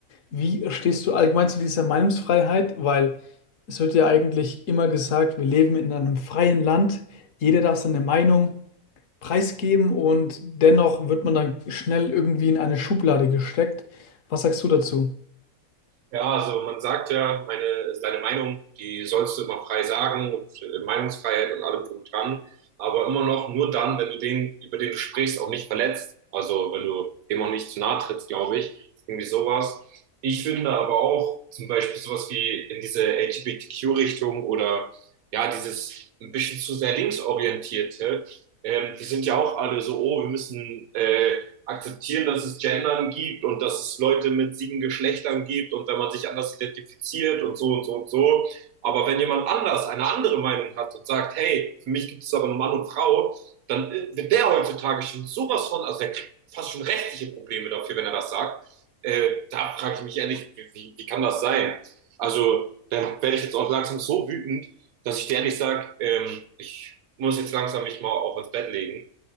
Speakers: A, on the left; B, on the right.
A: Wie stehst du allgemein zu dieser Meinungsfreiheit? Weil es wird ja eigentlich immer gesagt, wir leben in einem freien Land, jeder darf seine Meinung preisgeben und dennoch wird man dann schnell irgendwie in eine Schublade gesteckt. Was sagst du dazu?
B: Ja, also man sagt ja, meine, deine Meinung, die sollst du immer frei sagen und äh, Meinungsfreiheit und allem drum dran, aber immer noch nur dann, wenn du den, über den du sprichst, auch nicht verletzt. Also wenn du dem auch nicht zu nahe trittst, glaube ich. Irgendwie sowas. Ich finde aber auch zum Beispiel sowas wie in diese LGBTQ-Richtung oder ja, dieses ein bisschen zu sehr linksorientierte, ähm, die sind ja auch alle so, oh, wir müssen äh, akzeptieren, dass es Gendern gibt und dass es Leute mit sieben Geschlechtern gibt und wenn man sich anders identifiziert und so und so und so. Aber wenn jemand anders eine andere Meinung hat und sagt, hey, für mich gibt es aber nur Mann und Frau, dann äh, wird der heutzutage schon sowas von, also der kriegt fast schon rechtliche Probleme dafür, wenn er das sagt. Äh, da frage ich mich ehrlich, wie, wie, wie kann das sein? Also, dann werde ich jetzt auch langsam so wütend, dass ich dir ehrlich sage, ähm, ich muss jetzt langsam mich mal auch ins Bett legen.